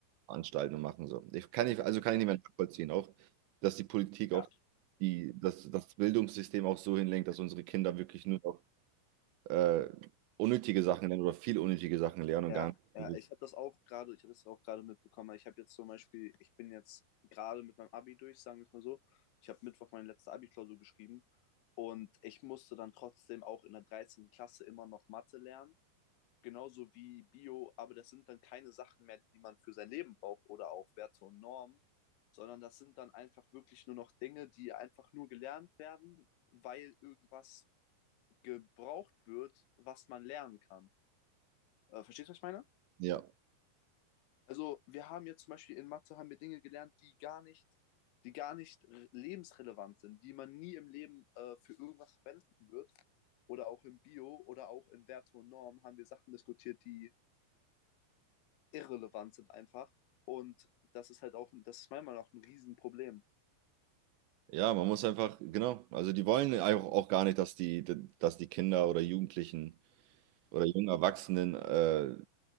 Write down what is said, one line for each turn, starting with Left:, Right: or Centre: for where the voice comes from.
Right: veranstalten und machen. So. Ich kann nicht, also kann
Left: ja,
Right: ich nicht mehr nachvollziehen, auch, dass die Politik auch
Left: ja,
Right: die, dass das Bildungssystem auch so hinlenkt, dass unsere Kinder wirklich nur noch äh, unnötige Sachen lernen oder viel unnötige Sachen lernen
Left: ja,
Right: und gar
Left: ja.
Right: nicht.
Left: Ich habe das auch gerade, ich habe das auch gerade mitbekommen. Ich habe jetzt zum Beispiel, ich bin jetzt gerade mit meinem Abi durch, sagen wir es mal so. Ich habe Mittwoch meine letzte Abi-Klausur geschrieben und ich musste dann trotzdem auch in der dreizehnten Klasse immer noch Mathe lernen, genauso wie Bio, aber das sind dann keine Sachen mehr, die man für sein Leben braucht oder auch Werte und Normen, sondern das sind dann einfach wirklich nur noch Dinge, die einfach nur gelernt werden, weil irgendwas gebraucht wird, was man lernen kann. Äh, verstehst du, was ich meine?
Right: Ja,
Left: Also, wir haben jetzt zum Beispiel in Mathe haben wir Dinge gelernt, die gar nicht, die gar nicht re- lebensrelevant sind, die man nie im Leben äh, für irgendwas verwenden wird. Oder auch im Bio oder auch in Werte und Norm haben wir Sachen diskutiert, die irrelevant sind einfach. Und das ist halt auch, ein- das ist meiner Meinung nach ein Riesenproblem.
Right: ja, man muss einfach, genau, also die wollen auch, auch gar nicht, dass die, dass die Kinder oder Jugendlichen oder jungen Erwachsenen äh,